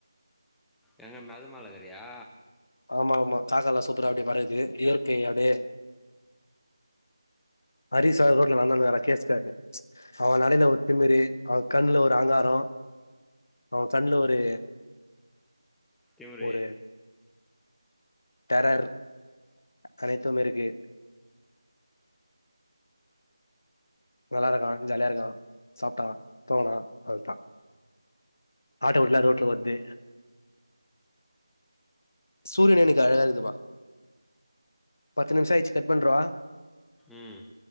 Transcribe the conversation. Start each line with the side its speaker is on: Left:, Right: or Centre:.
Centre: எங்க மதுமலைகறியா
Left: ஆமா ஆமா காக்கால்லாம் சூப்ரா அப்டே பறகுது இயற்கை அப்டே ஹரிசவர் ரோட்ல நடந்துங்க கேசரு அவன் நடயில ஒரு திமிறு அவன் கண்ணுல ஒரு அகங்காரம் அவன் கண்ணுல ஒரு
Centre: இவரே
Left: ஒரு டெரர் அனைத்தும் இருக்கு நல்லா தா இருக்கான் ஜாலியா இருக்கான் சாப்டான் தூங்குனாம் அழுட்டான் ஆட்டு குடிலாம் ரோட்ல வருது சூரியன் இன்னைக்கி அழகா இருதுவா பத்து நிமிஷம் ஆயிடுச்சு கட் பண்றவா
Centre: ம்